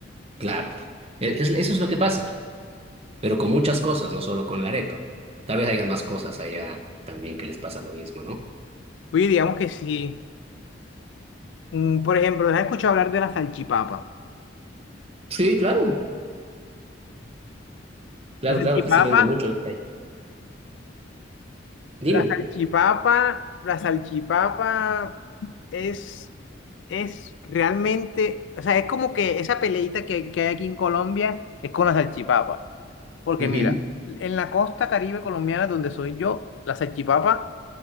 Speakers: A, on the right; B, on the left.
A: claro. E- es- eso es lo que pasa, pero con muchas cosas, no solo con la arepa. Tal vez haya más cosas allá también que les pasa lo mismo, ¿no?
B: Oye, digamos que sí. Mm, por ejemplo, ¿has escuchado hablar de la salchipapa?
A: Sí, claro, claro,
B: La salchipapa.
A: claro, aquí se vende mucho en la calle. Dime.
B: La salchipapa, la salchipapa es, es realmente, o sea, es como que esa peleita que, que hay aquí en Colombia es con la salchipapa. Porque
A: Ujú,
B: mira, en la costa caribe colombiana donde soy yo, la salchipapa